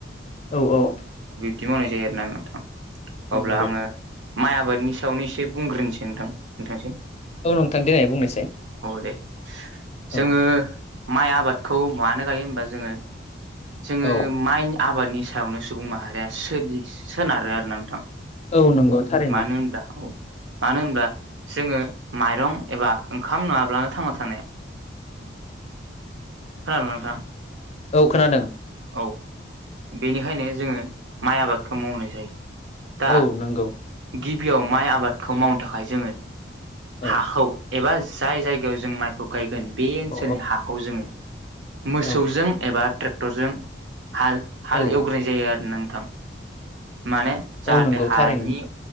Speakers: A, on the left (about 35°); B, on the right (about 90°).
A: औ-औ
B: बिदि मावनाय जायो आरोना नोंथां अब्ला
A: नंगौ।
B: आङो माइ आबादनि सायावनो एसे बुंग्रोनोसै नोंथांनिसिम।
A: औ नोंथां देनाय बुंनायसाय।
B: दे जोङो
A: औ।
B: माइ आबादखौ मानो गायो होमबा जोङो जोङो
A: औ
B: माइनि आबादनि सायावनो सुबुं माहारिया सोलियो सोनारो आरो नोंथां।
A: औ नंगौ थारैनो
B: मानो होनब्ला मानो होनबब्ला जोङो माइरं एबा ओंखाम नुङाब्लानो थांना थानोहाया खोनादोंना नोंथां।
A: औ खोनादों
B: औ बेनिखायनो जोङो माइ आबादखौ मावनाय जायो। दा
A: औ नंगौ।
B: गिबियाव माइ आबादखौ मावनो थाखाय जोङो।
A: औ। औ
B: हाखौ एबा जाय जायगायाव जों माइखौ गायगोन बे ओनसोलनि
A: औ
B: हाखौ जोङो। मोसौजों
A: औ
B: एबा ट्रेक्टरजों। हाल
A: औ
B: एवग्रानाय जायो आरोना नोंथां। माने जाहाथे
A: औ नंगौ
B: हानि
A: थारैनो।